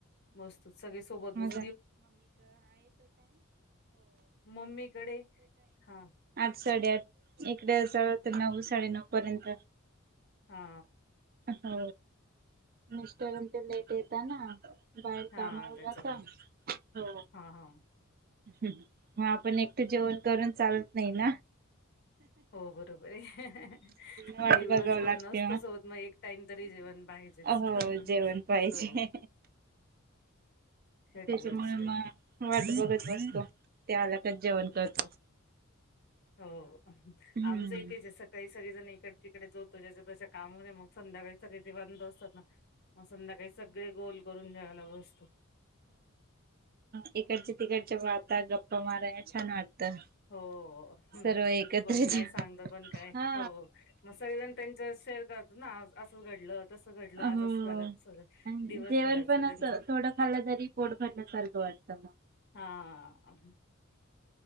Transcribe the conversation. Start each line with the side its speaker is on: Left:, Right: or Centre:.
Left: मस्त सगळे सोबत बस
Right: <unintelligible> आठ
Left: मम्मीकडे हा
Right: साडेआठ इकडे असाल तर नऊ साडेनऊ पर्यंत.
Left: हा.
Right: हो मिस्टर ते लेट येत ना. बाहेर
Left: हा
Right: कामावर
Left: त्याच्यामुळे
Right: जाता हो.
Left: हा हा
Right: मग आपण एकटं जेवण करून चालत नाही ना.
Left: हो बरोबर आहे
Right: वाट
Left: दिवसभर
Right: बघाव लागते
Left: नसतो सोबत मग एक टाइम तरी जेवण पाहिजे
Right: हो
Left: सोबत
Right: जेवण पाहिजे
Left: खरी
Right: त्याच्यामुळे
Left: गोष्ट आहे.
Right: मग वाट बघत बघतो त्या आलाकच जेवण करतो.
Left: हो आमचं
Right: हम्म
Left: ही तेच आहे सकाळी सगळे जण एक तिकडे जो तो ज्याच्या त कामामध्ये मग संध्याकाळी सगळे <unintelligible> असतात ना मग संध्याका हे सगळे गोल करून जेवायला बसतो.
Right: इकडचे तिकडच्या बाता गप्पा माराय छान वाटतं.
Left: हो हम्
Right: सर्व एकत्र
Left: कोण काय
Right: जेव
Left: सांगत कोण काय
Right: हा
Left: हो मग सगळेजण त्यांच्या शेअर करतातं ना असंच घडलं तसं घडलं
Right: अ
Left: आज
Right: आणि
Left: असं झालं तसं दिवसभराच
Right: जेवण पण
Left: त्यांचं
Right: असं थोडं खाल्लं तरी पोट भरल्यासारखं वाटत हम <unintelligible>
Left: हा.